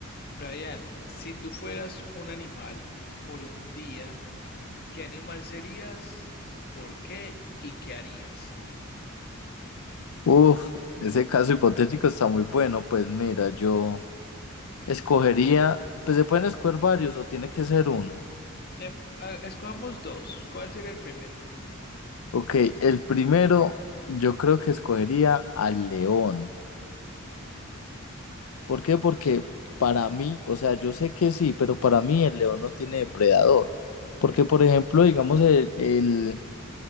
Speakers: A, on the left; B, on the left.
A: Brian, si tú fueras un animal por un día, ¿qué animal serías? ¿Por qué? ¿Y qué harías?
B: Uf, ese caso hipotético está muy bueno. Pues mira, yo escogería, pues se pueden escoger varios o tiene que ser uno.
A: Em- a- escojamos dos. ¿Cuál sería el primero?
B: Ok, el primero yo creo que escogería al león.
A: Jo-
B: ¿Por qué? Porque para mí, o sea, yo sé que sí, pero para mí el león no tiene depredador. Porque, por ejemplo, digamos, el, el-